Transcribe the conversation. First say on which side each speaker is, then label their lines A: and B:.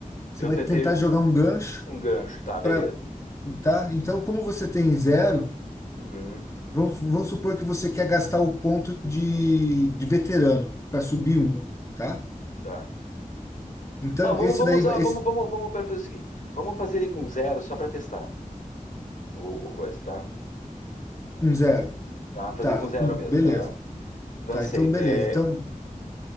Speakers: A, on the left; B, on the left.
A: você
B: Eu
A: vai
B: tentei
A: tentar jogar um gancho
B: um gancho, tá, beleza.
A: para Tá? Então, como você tem zero,
B: Uhum,
A: Vamos, vamos supor que você quer gastar o ponto de, de veterano para subir um, tá?
B: tá.
A: Então,
B: Não, vamos,
A: esse
B: vamos
A: daí
B: usar,
A: vai,
B: vamos,
A: esse,
B: vamos, vamos para fazer o seguinte. Vamos fazer ele com zero só para testar o, o coisa, tá?
A: com zero,
B: Tá, Vamos fazer
A: tá?
B: com zero
A: Com,
B: mesmo,
A: beleza,
B: tá? Lancei.
A: tá? Então, beleza.
B: É,
A: Então,